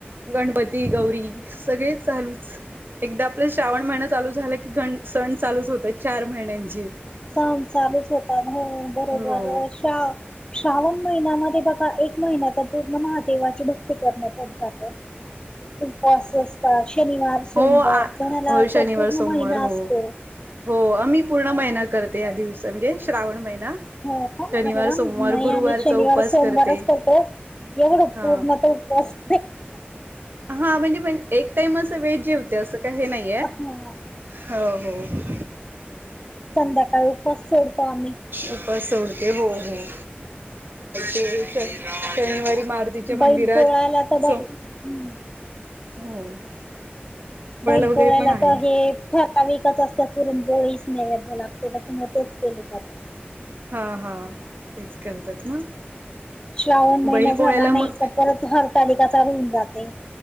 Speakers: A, on the right (about 60°); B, on the left (about 20°).
A: गणपती गौरी सगळेच चालूच एकदा आपलं श्रावण महिना चालू झाला की गण सण चालूच होत चार महिन्यांची.
B: सन चालूच होतात हो बरोबर
A: हो
B: शा श्रावण महिन्यामध्ये बघा एक महिन्या तर पूर्ण मह देवाची भक्ती करण्यात जातो. उपवास असतात. शनिवार, सोमवार
A: हो आ
B: कोणाला
A: हो शनिवार
B: तर पूर्ण
A: सोमवार
B: महिना
A: हो
B: असतो.
A: हो मी पूर्ण महिना करते या दिवस म्हणजे श्रावण महिना.
B: हो का?
A: शनिवार
B: अरे वा!
A: सोमवार
B: नाही
A: गुरुवारचा
B: आम्ही शनिवार,
A: उपास
B: सोमवारच
A: करते
B: करतो. एवढं
A: ह
B: पूर्ण तरं उपवास
A: हा म्हणजेण एक टाइम असं वेळ जेवते असं काही हे नाही.
B: हम्!
A: हो हो हो.
B: संध्याकाळी उपवास सोडतो आम्ही
A: उपवास सोडते हो हो. ते शनिवारी मारू तिच्या मंदिरात
B: बैल पोळायला तर बघ
A: स
B: हम्म
A: हो.
B: बैल
A: वगैरे
B: पोळ्याला
A: पण आहे
B: तर हे ठ विकच असत्या पुरून पोळीच नैवेद्य लागते तसे मोठेच केले जातात.
A: हा हा तेच करतात ना.
B: श्रावण महिन
A: बैल
B: झाला
A: पोळ्याला
B: नाही
A: मग
B: का परत हरतालिका चालू होऊन जाते.